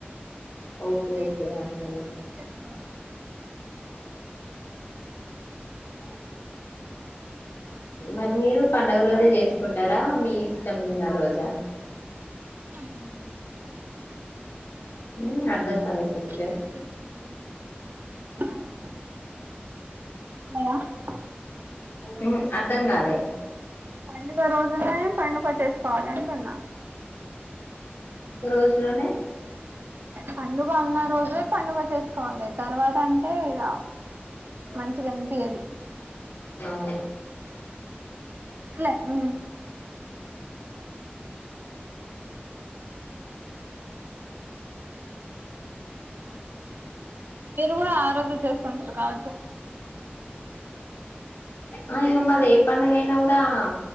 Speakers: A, on the left (about 75°); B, on the right (about 55°).
A: ఓకే
B: డేస్
A: ఓకే
B: ను బట్టి
A: అట్లనా
B: ఫినిష్ చేస్తాను.
A: అవ్. మరి మీరు పండుగ రోజే చేసుకున్. టారా మీ ఇష్టం ఉన్న రోజా.
B: ఉమ్.
A: ఉమ్ అర్ధంగాలే
B: పండుగ
A: సిస్టర్.
B: చేసుకుంటే మంచిది <unintelligible>
A: ఉమ్ అర్థం కాలే.
B: పండుగ రోజునే పండుగ చేసుకోవాలి అంటున్నా.
A: ఒక్క రోజులోనే.
B: పండుగ ఉన్న రోజే పండుగ చేసుకోవాలే, తర్వాత అంటే ఇగా. మంచిగనిపియ్యది.
A: ఉ
B: లే ఉమ్. మీరు కూడా ఆరోజు చేసుకుంటురు కావచ్చు.
A: ఆ ఇంగా మాది ఏ పండుగ అయినా కూడా ఆ